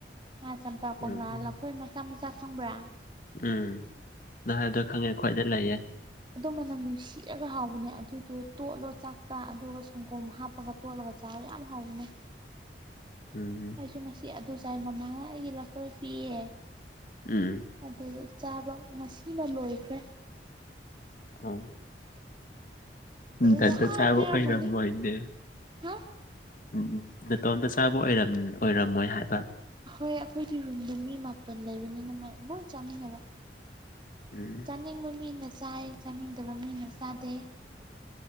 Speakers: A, on the right (about 25°); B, on the left (about 50°).
A: ꯑꯥ ꯆꯝꯄ꯭ꯔꯥ ꯀꯣꯝꯂꯥ
B: ꯎꯝ
A: ꯂꯐꯣꯏ ꯃꯆꯥ ꯃꯆꯥ ꯈꯪꯕ꯭ꯔꯥ
B: ꯎꯝ ꯅꯥꯏꯗꯣ ꯈꯪꯉꯦ ꯈ꯭ꯋꯥꯏꯗ ꯂꯩꯌꯦ
A: ꯑꯗꯣꯝ ꯃꯅꯝ ꯅꯨꯡꯁꯤꯔꯒ ꯍꯥꯎꯕꯅꯦ ꯑꯗꯨꯗꯣ ꯇꯣꯠꯂꯣ ꯆꯥꯛ ꯇ ꯑꯗꯨꯒ ꯁꯪꯒꯣꯝ ꯍꯥꯞꯄꯒ ꯇꯣꯠꯂꯒ ꯆꯥꯎꯔ ꯌꯥꯝ ꯍꯥꯎꯕꯅꯩ
B: ꯎꯝ
A: ꯑꯩꯁꯨ ꯉꯁꯤ ꯑꯗꯨ ꯆꯥꯏ ꯃꯃꯥꯅ ꯑꯩꯒꯤ ꯂꯐꯣꯏ ꯄꯤꯌꯦ
B: ꯎꯝ
A: ꯑꯗꯨꯗ ꯆꯥꯕ ꯉꯁꯤꯅ ꯂꯣꯏꯈ꯭ꯔꯦ
B: ꯀ ꯇꯗꯣ
A: ꯅꯍꯥꯟ
B: ꯆꯥꯕ
A: ꯄꯤꯔꯝꯃꯅꯤ
B: ꯑꯣꯏꯔꯔꯕ ꯑꯣꯏꯗꯦ
A: ꯍꯥ
B: ꯎꯝ ꯅꯅꯥꯇꯣꯟꯗ ꯆꯥꯕ ꯑꯣꯏꯔꯝꯃꯣꯏ ꯍꯥꯏꯕ
A: ꯑꯍꯣꯏ ꯑꯩꯈꯣꯏꯗꯤ ꯔꯨꯝꯗ ꯃꯤ ꯃꯥꯄꯟ ꯂꯩꯕꯅꯤꯅ ꯃꯥꯏ ꯂꯣꯏ ꯆꯥꯃꯤꯟꯅꯕ
B: ꯎꯝ
A: ꯆꯥꯅꯤꯡꯕ ꯃꯤꯅ ꯆꯥꯏ ꯆꯥꯅꯤꯡꯗꯕ ꯃꯤꯅ ꯆꯥꯗꯦ